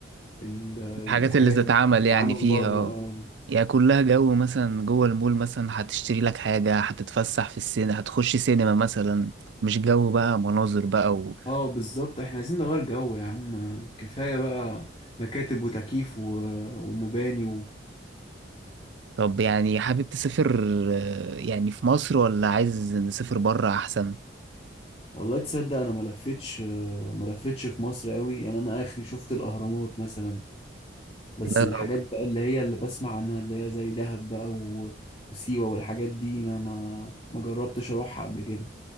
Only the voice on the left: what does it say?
ال-
الحاجات
اللي ممكن تتعمل
بره
اه بالظبط احنا عايزين نغير جو يا عم كفاية بقى مكاتب وتكييف و... ومباني و...
والله تصدق انا ما لفتش ما لفتش في مصر قوي يعني انا اخري شفت الاهرامات مثلا بس
الحاجات
بقى اللي هي اللي بسمع عنها اللي هي زي دهب بقى و... وسيوة والحاجات دي انا ما ما جربتش اروحها قبل كده